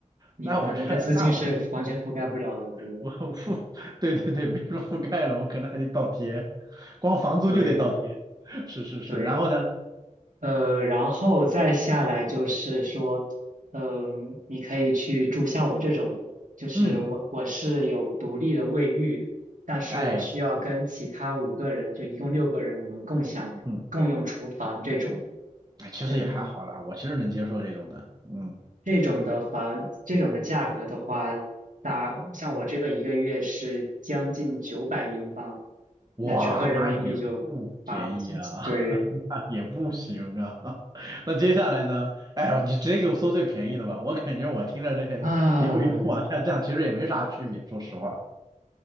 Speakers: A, on the right (about 75°); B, on the right (about 30°).
A: 你的你的资金是完全覆盖不了的，
B: 那我这那我这
A: 对
B: 我覆，<laughs> 对对对，别说覆盖了，我可能还得倒贴，光房租就得倒贴，
A: 对
B: <laughs> 是是是，
A: 对。
B: 然后呢，
A: 呃，然后再下来就是说，嗯、你可以去住像我这种，就是我我是有独立的卫浴，
B: 嗯。
A: 但是我需要跟其他五个人，
B: 哎，
A: 就一共六个人，我们共享共用厨房这种，
B: 嗯，哎，其实也还好啦，
A: 嗯，
B: 我其实能接受这种的。嗯，
A: 这种的房，这种的价格的话，大像我这个一个月是将近九百英镑，
B: 哇，
A: 那折合人民币就八，
B: 那也不便宜啊，
A: 对
B: <laughs> 那也不行啊。<laughs> 那接下来呢？哎呦你直接给我搜最便宜的吧，我感觉我听着这些一步一步往下降，
A: 啊，
B: 其实也没啥区别，说实话。